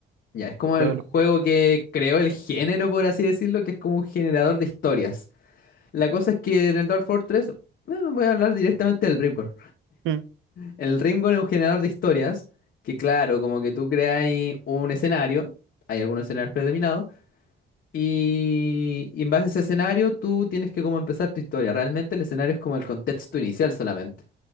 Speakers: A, on the left (about 65°); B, on the right (about 85°).
A: Ya, es como
B: creo
A: el juego
B: que lo...
A: que creó el género, por así decirlo, que es como un generador de historias. La cosa es que en el Dwarf Fortress, bueno, voy a hablar directamente del RimWorld.
B: Mm,
A: El Rimworld es un generador de historias que, claro, como que tú creas un escenario, hay algunos escenarios predeterminados, y, y en base a ese escenario tú tienes que como empezar tu historia. Realmente el escenario es como el contexto inicial solamente.